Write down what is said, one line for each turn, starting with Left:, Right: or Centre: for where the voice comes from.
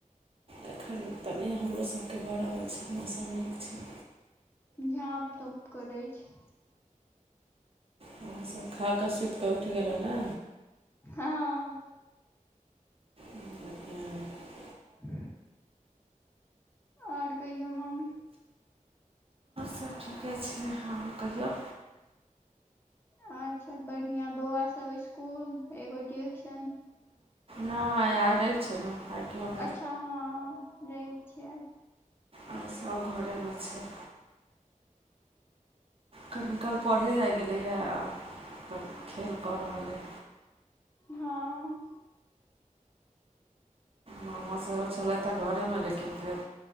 Right: एखन तऽ नै हमरो सबके भ रहल छै मौसम नीक छै
Left: झाँप तोप करै छै
Right: हम सब खा कऽ सुत कऽ उठि गेलै ने
Left: हँ
Right: <inaudible>
Left: <inaudible> और कहियो मामी
Right: सब ठीके छै हँ कहियो
Left: और सब बढ़िया बौआ सब इसकुल एगो ट्यूशन
Right: नै आइ रैव छै न आइ केओ नै
Left: अच्छ हँ रैव छै आइ
Right: आइ सब घरे में छै कनि काल पढ़े जाइ गेलैए आब <inaudible> खेल कऽ रहल अइ
Left: हँ
Right: मामा सेहो छलैथ घरेमे लेकिन फेर